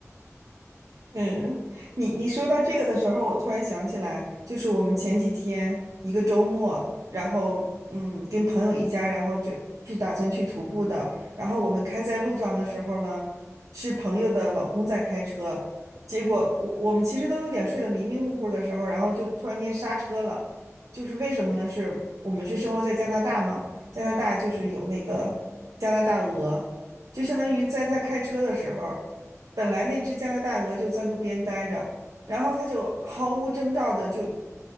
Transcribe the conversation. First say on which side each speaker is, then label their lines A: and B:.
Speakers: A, on the right; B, on the right.
A: 嗯，你你说到这个的时候，我突然想起来，就是我们前几天一个周末，然后嗯，跟朋友一家，然后就去打算去徒步的。然后我们开在路上的时候呢，是朋友的老公在开车，结果我我们其实都有点睡得迷迷糊糊的时候，
B: 嗯
A: 然后就突然间刹车了。就是为什么呢？是我们是生活在加拿大嘛，加拿大就是有那个加拿大鹅，
B: 嗯
A: 就相当于在他开车的时候。
B: 啊
A: 本来那只加拿大鹅就在路边待着，然后它就毫无征兆的就